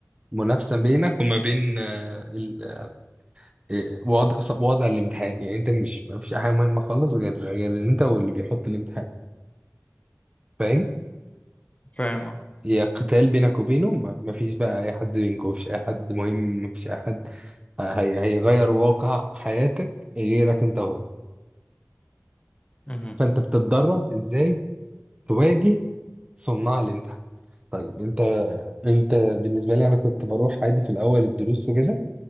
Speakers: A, on the right; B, on the left.
A: منافسة بينك وما بين آه، ال- آه، وضع وضع الامتحان يعني انت مش ما فيش حاجة مهمة خالص غير غير انت واللي بيحط الامتحان فاهم
B: فاهم اه
A: هي قتال بينك وبينه ما ما فيش بقى اي حد بينكم ما فيش اي حد مهم ما فيش اي حد هي هيغير واقع حياتك غيرك انت هو
B: مهم.
A: فانت بتتدرب ازاي تواجه صناع الامتحان طيب انت انت بالنسبه لي انا كنت بروح عادي في الاول الدروس وكده